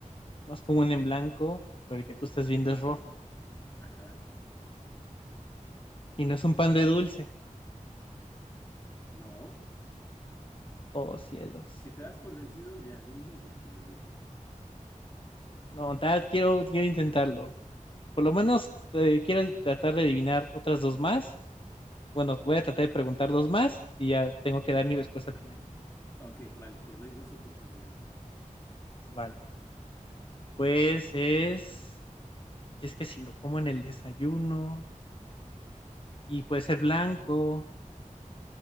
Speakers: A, on the left; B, on the left.
A: Es más común en blanco, pero el que tú estás viendo es rojo.
B: Ajá.
A: Y no es un pan de dulce.
B: No.
A: Oh, cielos.
B: Si te das por vencido, ya dime y ya te lo digo.
A: No, tal, quiero, quiero intentarlo. Por lo menos eh, quiero tratar de adivinar otras dos más. Bueno, voy a tratar de preguntar dos más y ya tengo que dar mi respuesta final.
B: Ok, vale, te doy dos oportunidades.
A: Vale. Pues es. Si es que si lo como en el desayuno. y puede ser blanco.